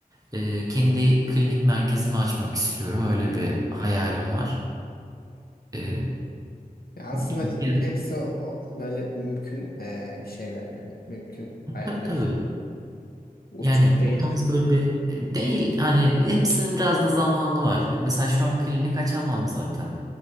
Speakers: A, on the right (about 25°); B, on the left (about 80°).
A: e, kendi klinik merkezimi açmak istiyorum. Öyle
B: Hmm.
A: bir hayalim var. E,
B: Ya aslında
A: bir kere-
B: hepsi o- böyle mümkün e, şeyler yani mümkün hayaller.
A: tabii tabii.
B: Uçuk
A: Yani
B: değil.
A: o tarz böyle bir e, değil hani hepsinin biraz da zamanı var. Mesela şu an klinik açamam zaten.